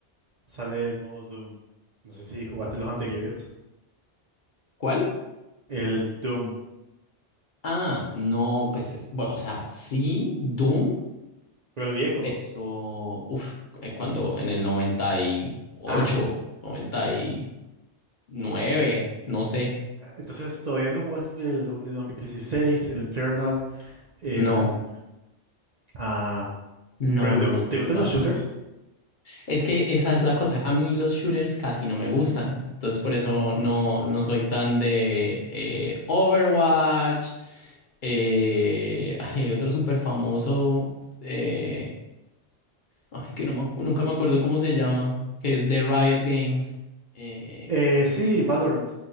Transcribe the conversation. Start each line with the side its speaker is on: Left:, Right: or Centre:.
Right: sale el nuevo Doom? No sé si jugaste los anteriores.
Left: ¿Cuál?
Right: El Doom,
Left: Ah, no, pues es, bueno, o sea, sí, Doom,
Right: pero el viejo.
Left: pero uf, eh, cuando en el noventa noventa y ocho,
Right: Ah,
Left: noventa y nueve, no sé.
Right: <laughs> entonces todavía no jugaste el Doom de 2016, el Eternal, el...
Left: No,
Right: Ah,
Left: no,
Right: ¿pero
Left: no
Right: te,
Left: los
Right: te
Left: he jugado.
Right: gustan los shooters?
Left: Es que esa es la cosa. A mí los shooters casi no me gustan. Entonces por eso no, no soy tan de eh, Overwatch. eh, ay, hay otro súper famoso. eh, ay, que no me acu- nunca me acuerdo cómo se llama. Que es de Riot Games. eh,
Right: Eh, sí, Valorant,